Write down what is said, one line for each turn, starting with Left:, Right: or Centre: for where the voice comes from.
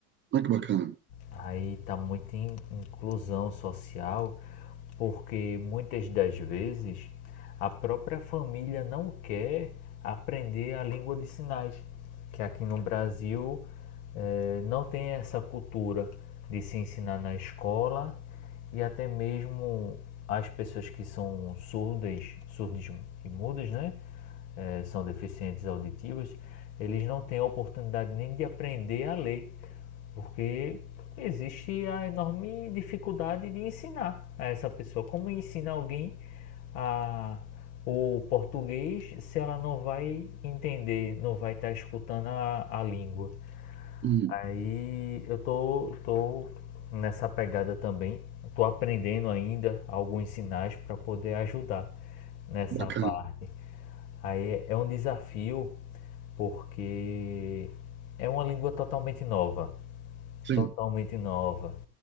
Right: Olha que bacana.
Left: Aí tá muita in- inclusão social, porque muitas das vezes a própria família não quer aprender a língua de sinais, que aqui no Brasil eh, não tem essa cultura de se ensinar na escola e até mesmo as pessoas que são surdas, surdas e mudas, né? eh, são deficientes auditivos, eles não têm a oportunidade nem de aprender a ler porque existe a enorme dificuldade de ensinar a essa pessoa. Como ensinar alguém a, o português se ela não vai entender, não vai estar escutando a, a língua?
Right: Hum,
Left: Aí eu tô, tô nessa pegada também. tô aprendendo ainda alguns sinais para poder ajudar nessa
Right: bacana.
Left: parte. Aí é um desafio porque é uma língua totalmente nova
Right: Sim.
Left: totalmente nova.